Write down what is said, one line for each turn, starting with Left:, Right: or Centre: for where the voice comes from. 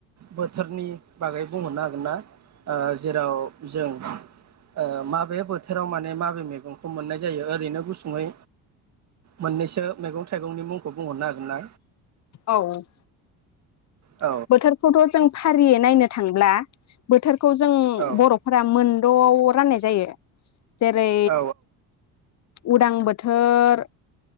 Right: बोथोरनि बागै बुंहरनो हागोन ना ओ जेराव जों ओ माबे बोथोराव माने मा मेगंखौ मोननाय जायो ओरैनो गुसुङै मोननैसो मैगं थाइगंनि मुंखौ बुंहरनो हागोन ना?
Left: औ औ।
Right: औ
Left: बोथोरखौथ जों फारियै नायनो थांब्ला बोथोर खौ जों
Right: औ
Left: बरफोरा मोन दं आव राननाय जायो। जेरै
Right: औ
Left: उदां बोथोर।